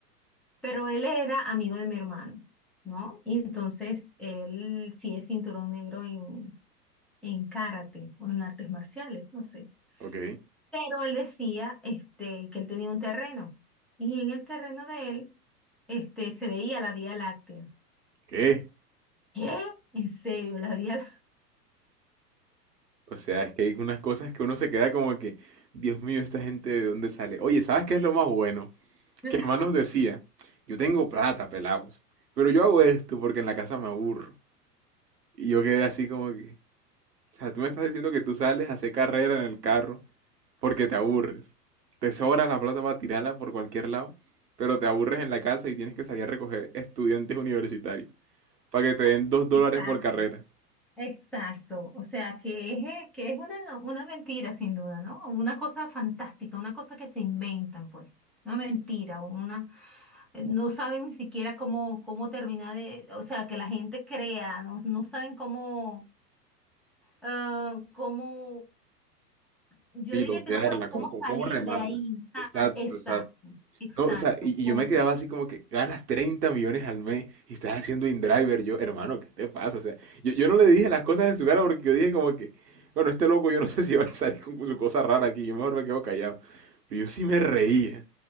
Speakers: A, in the centre; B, on the right (about 75°).
A: Pero él era amigo de mi hermano, ¿no? Y entonces él sí es cinturón negro en, en karate o en artes marciales, no sé.
B: Ok,
A: Pero él decía este, que él tenía un terreno y en el terreno de él este, se veía la Vía Láctea.
B: ¿qué?
A: ¿Qué? ¿En serio? La Vía
B: O sea, es que hay unas cosas que uno se queda como que, Dios mío, esta gente de dónde sale. Oye, ¿sabes qué es lo más bueno?
A: Láctea.
B: Que el man nos decía, yo tengo plata, pelados, pero yo hago esto porque en la casa me aburro. Y yo quedé así como que... O sea, tú me estás diciendo que tú sales a hacer carrera en el carro porque te aburres. Te sobra la plata para tirarla por cualquier lado, pero te aburres en la casa y tienes que salir a recoger estudiantes universitarios para que te den
A: <laughs>
B: dos dólares
A: Exacto.
B: por carrera.
A: Exacto. O sea, que es, eh, que es una, una mentira sin duda, ¿no? Una cosa fantástica, una cosa que se inventan, pues. Una mentira, una... eh, No saben ni siquiera cómo, cómo terminar de... O sea, que la gente crea, no, no saben cómo... ah, cómo Yo
B: Pilotearla,
A: diría que no saben
B: cómo,
A: cómo
B: cómo-
A: salir
B: cómo remarla.
A: de ahí. Ah,
B: Exacto,
A: exacto,
B: exacto.
A: exacto.
B: No, o sea, y,
A: Como-
B: y yo me quedaba así como que ganas 30 millones al mes y estás haciendo InDriver. Yo, hermano, ¿qué te pasa? O sea, yo, yo no le dije las cosas en su cara porque yo dije como que, bueno, este loco yo no <laughs> sé si va a salir con su cosa rara aquí, yo mejor me quedo callado. Pero yo sí me reía.